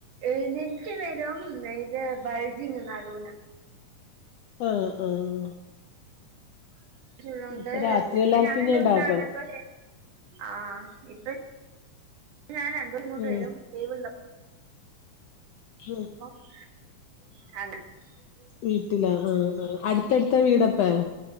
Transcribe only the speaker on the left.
ആഹ് ആഹ്
അപ്പൊ രാത്രി എല്ലാർക്കും
ഉണ്ടാക്കണം
ആ
ഉം
വീട്ടിലാ ആഹ് ആഹ് അടുത്തടുത്ത വീടപ്പേ